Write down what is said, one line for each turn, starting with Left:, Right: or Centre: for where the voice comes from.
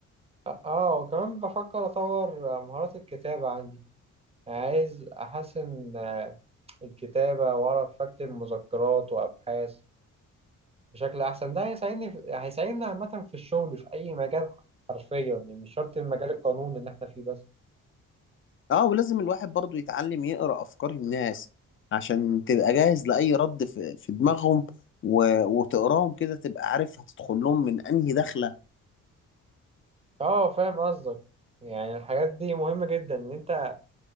Right: آه وكمان بفكر أطور مهارات الكتابة عندي يعني عايز أحسن آه، الكتابة وأعرف أكتب مذكرات وأبحاث بشكل أحسن ده هيساعدني في... هيساعدنا عامة في الشغل في أي مجال حرفيا يعني مش شرط المجال القانوني اللي إحنا فيه بس
Left: اه ولازم الواحد برضو يتعلم يقرأ أفكار الناس عشان تبقى جاهز لأي رد في, في دماغهم و... وتقراهم كده تبقى عارف هتدخل لهم من أنهي دخلة
Right: اه فاهم قصدك يعني الحاجات دي مهمة جدا ان انت